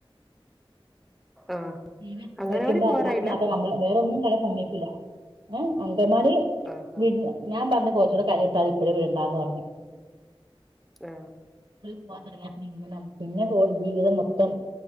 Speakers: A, in the centre; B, on the right.
A: ആഹ്
B: ീ വക്
A: അങ്ങനവാടി
B: വക്കുമ്പോ
A: പോവാറായില്ല
B: അത് അത് മാത്ര <unintelligible> വേറെൊന്നും <unintelligible> സമൈക്കില്ല അമ് അങ്കമാണി
A: ആഹ്
B: വിട് ഞാൻ പറഞ്ഞ പോച്ച കൂ കഞ്ഞി വിട്ടാ അ ഇപ്പോഴെ വിടണ്ടാന്നറഞ്ഞു
A: ആഹ...
B: പോവാൻ തോടങ്ങ്യ പിണങ്ങന പിന്നെ ജീവിതം മൊത്തം